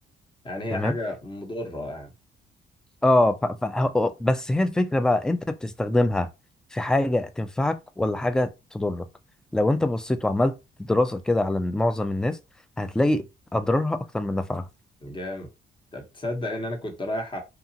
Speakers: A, on the left; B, in the centre.
A: يعني هي
B: تمام
A: حاجة مضرة
B: اه ف... ف... هو- بس هي الفكرة بقى انت بتستخدمها في حاجة تنفعك ولا حاجة تضرك لو انت بصيت وعملت دراسة كده على معظم الناس هتلاقي اضرارها اكتر من نفعها
A: جامد طب تصدق ان انا كنت رايح أ-